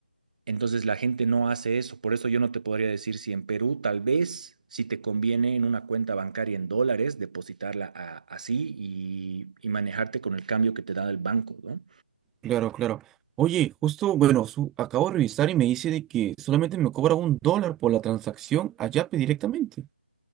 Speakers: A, on the right; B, in the centre.
A: Entonces la gente no hace eso. Por eso yo no te podría decir si en Perú tal vez si te conviene en una cuenta bancaria en dólares depositarla a- así y, y manejarte con el cambio que te da el banco, ¿no?
B: Claro, claro. Oye, justo, bueno, su- acabo de revisar y me dice de que solamente me cobra un dólar por la transacción a Yape directamente.